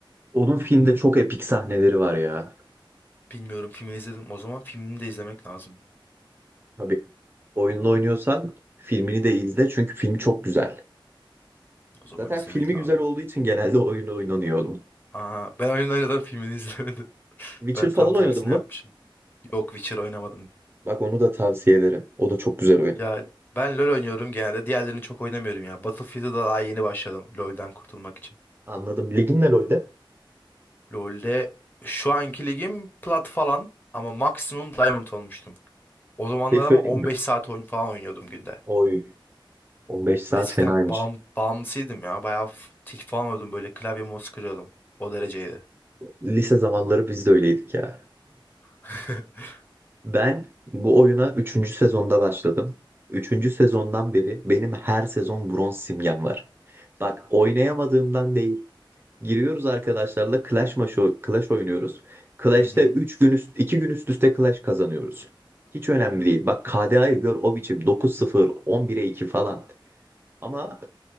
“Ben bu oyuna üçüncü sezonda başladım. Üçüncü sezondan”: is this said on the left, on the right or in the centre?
Right